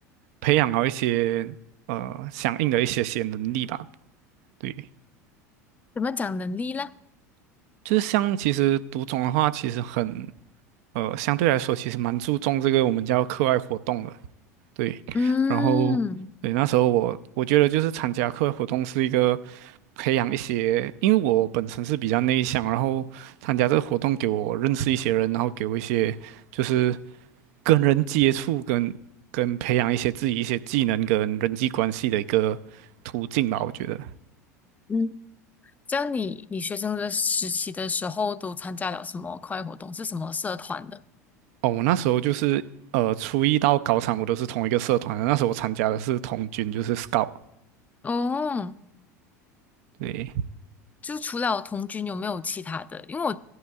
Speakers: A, on the right; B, on the left.
A: 培养到一些呃相应的一些些能力吧。对，
B: 怎么讲能力呢？
A: 就是像其实读中的话，其实很。呃，相对来说其实蛮注重这个我们叫课外活动的，对。
B: 嗯
A: 然后，对，那时候我我觉得就是参加课外活动是一个培养一些，因为我本身是比较内向，然后参加这个活动给我认识一些人，然后给我一些就是跟人接触跟跟培养一些自己一些技能跟人际关系的一个途径吧，我觉得。
B: 嗯，这样你你学生的时期的时候都参加了什么课外活动？是什么社团的？
A: 哦，我那时候就是呃初一到高三我都是同一个社团的，那时候我参加的是童军，就是 Scout。
B: 哦
A: 对，
B: 就除了童军，有没有其他的？因为我